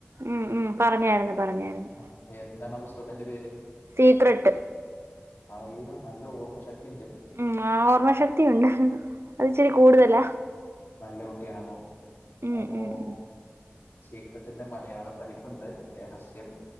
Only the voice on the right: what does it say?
ഉമ് ഉമ് പറഞ്ഞായിരുന്നു പറഞ്ഞായിരുന്നു
സീക്രട്ട്
ഉമ് ഓർമ്മ ശക്തി യുണ്ട് അത് ഇച്ചിരി കൂടുതലാ
ഉം
ഉം ഉം